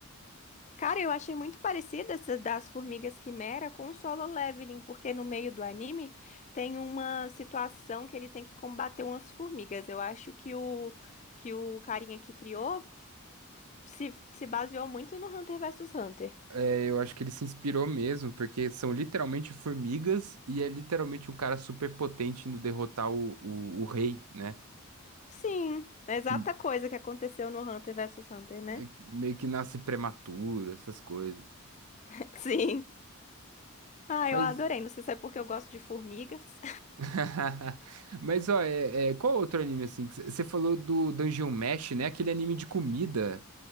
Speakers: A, on the left; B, on the right.
A: Cara, eu achei muito parecida essa das Formigas Quimera com o Solo Leveling, porque no meio do anime tem uma situação que ele tem que combater umas formigas. Eu acho que o, que o carinha que criou se, se baseou muito no Hunter vs Hunter.
B: É, eu acho que ele se inspirou mesmo, porque são literalmente formigas e é literalmente um cara super potente indo derrotar o, o, o rei, né?
A: Sim, é a exata
B: Que
A: coisa que aconteceu no Hunter vs Hunter, né?
B: é que meio que nasce prematuro, essas coisas.
A: <laughs> Sim. Ah,
B: Mas,
A: eu adorei. Não sei se é porque eu gosto de formigas.
B: <laughs> mas ó, é, é, qual outro anime assim? Você falou do Dungeon Mesh, né? Aquele anime de comida.